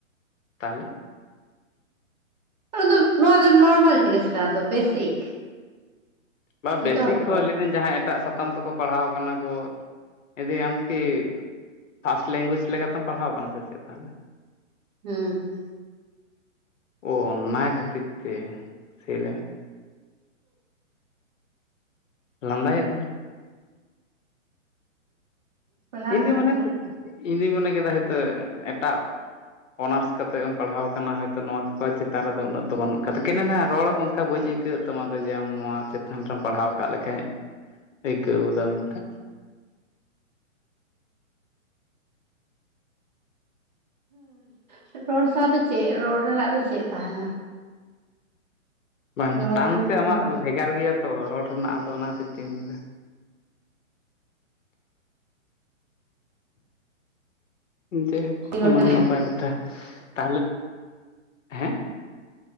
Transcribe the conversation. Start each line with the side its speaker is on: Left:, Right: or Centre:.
Left: ᱛᱟᱦᱚᱞᱮ
Right: ᱱᱚᱣ ᱫᱚ ᱱᱚᱶᱟ ᱫᱚ ᱱᱚᱨᱢᱟᱞ ᱡᱤᱱᱤᱥ ᱠᱟᱱᱟ ᱛᱚ ᱵᱮᱥᱤᱠ᱾
Left: ᱵᱟᱝ
Right: ᱡᱚᱛᱚ
Left: ᱵᱮᱥᱤᱠ
Right: ᱦᱚᱲ ᱠᱚ
Left: ᱦᱚᱸ
Right: ᱵᱟᱲᱟᱭᱟ
Left: ᱟᱹᱞᱤ ᱫᱤᱱ ᱡᱟᱦᱟᱸ ᱮᱴᱟᱜ ᱥᱟᱛ ᱥᱟᱛᱟᱢ ᱛᱮᱠᱚ ᱯᱟᱲᱦᱟᱣ ᱠᱟᱱᱟ ᱠᱚ ᱤᱫᱤ ᱟᱢ ᱫᱚ ᱠᱤ ᱯᱷᱟᱥᱴ ᱞᱮᱝᱜᱩᱭᱮᱡ ᱞᱮᱠᱟᱛᱮᱢ ᱯᱟᱲᱦᱟᱣ ᱟᱠᱟᱱᱟ ᱥᱮ ᱪᱮᱫ ᱛᱟᱦᱚᱞᱮ?
Right: ᱦᱮᱸ
Left: ᱚ ᱚᱱᱟ ᱠᱷᱟᱹᱛᱤᱨ ᱛᱮ ᱥᱮ ᱞᱮ ᱞᱟᱸᱫᱟᱭᱮᱫ ᱫᱚᱢ,
Right: ᱯᱟᱲᱦᱟᱣ
Left: ᱤᱧᱫᱚ
Right: ᱠᱟᱱᱟᱧ
Left: ᱢᱚᱱᱮ
Right: ᱛᱚ
Left: ᱤᱧᱫᱩᱧ ᱢᱚᱱᱮ ᱠᱮᱫᱟ ᱦᱳᱭᱛᱳ ᱮᱴᱟᱜ ᱚᱱᱟᱨᱥ ᱠᱟᱛᱮ ᱮᱢ ᱯᱟᱲᱦᱟᱣ ᱟᱠᱟᱱᱟ ᱦᱳᱭᱛᱳ᱾ ᱱᱚᱶᱟ ᱠᱚ ᱪᱮᱛᱟᱱ ᱨᱮᱫᱚ ᱩᱱᱟᱹᱜ ᱫᱚ ᱵᱟᱹᱱᱩᱜ ᱠᱟᱫᱟ᱾ ᱠᱮᱱᱮ ᱱᱟ ᱨᱚᱲ ᱫᱚ ᱚᱱᱠᱟ ᱵᱟᱹᱧ ᱟᱹᱭᱠᱟᱹᱣᱟ᱾ ᱟᱹᱭᱠᱟᱹᱜ ᱛᱟᱢᱟ ᱡᱮ ᱟᱢ ᱱᱚᱣᱟ ᱪᱮᱛᱟᱱ ᱨᱮᱢ ᱯᱟᱲᱦᱟᱣ ᱟᱠᱟᱫ ᱞᱮᱠᱟᱱ ᱟᱹᱭᱠᱟᱹᱣ ᱜᱚᱫᱟ ᱢᱮᱱᱛᱮ᱾
Right: ᱦᱮᱸ ᱨᱚᱲ ᱥᱟᱶ ᱫᱚ ᱪᱮᱫ ᱨᱚᱲ ᱨᱮᱱᱟᱜ ᱫᱚ ᱪᱮᱫ ᱛᱟᱦᱮᱱᱟ?
Left: ᱵᱟᱝ
Right: ᱨᱚᱲ
Left: ᱴᱟᱱ
Right: ᱢᱤᱫᱴᱮᱱ
Left: ᱛᱮ ᱟᱢᱟᱜ
Right: ᱦᱚᱲ
Left: ᱫᱚ ᱵᱷᱮᱜᱟᱨ ᱜᱮᱭᱟ ᱛᱚ, ᱨᱚᱲ ᱨᱮᱱᱟᱜ ᱟᱫᱚ ᱚᱱᱟ ᱠᱷᱟᱹᱛᱤᱨ ᱛᱤᱨ ᱛᱤᱧ ᱞᱟᱹᱭ ᱮᱫᱟ᱾ ᱫᱮᱦᱳ
Right: ᱟᱹᱰᱤ ᱦᱚᱲ
Left: ᱚᱱᱟ
Right: ᱜᱮ
Left: ᱦᱚᱸ ᱱᱟᱯᱟᱭ ᱠᱟᱛᱷᱟ, ᱛᱟᱦᱚᱞᱮ ᱦᱮᱸ